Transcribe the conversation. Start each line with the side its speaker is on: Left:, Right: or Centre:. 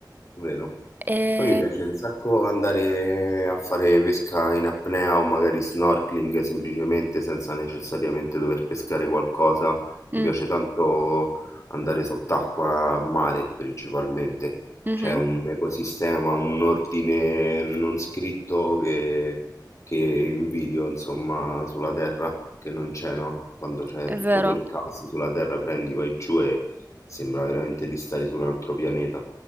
Left: vero?
Right: E...
Left: Poi mi piace un sacco andare a fare pesca in apnea o magari snorkeling semplicemente senza necessariamente dover pescare qualcosa.
Right: Mm,
Left: Mi piace tanto andare sott'acqua a mare principalmente.
Right: mhm,
Left: C'è un ecosistema, un ordine non scritto che, che invidio insomma sulla terra, che non c'è, no? Quando c'è
Right: è
Left: tutto
Right: vero.
Left: quel caos sulla terra prendi, vai giù e sembra veramente di stare su un altro pianeta.